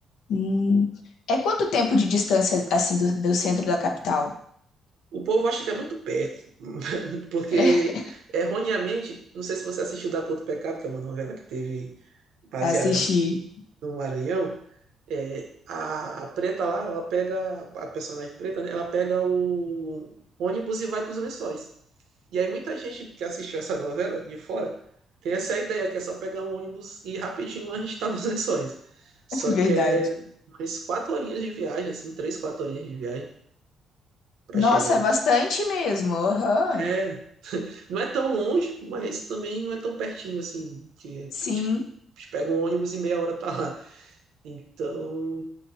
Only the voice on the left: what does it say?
Hum. É quanto tempo de distância, assim, do, do centro da capital?
<laughs>
Assistir,
<laughs> é verdade.
Nossa,
é bastante mesmo. Aham.
Sim,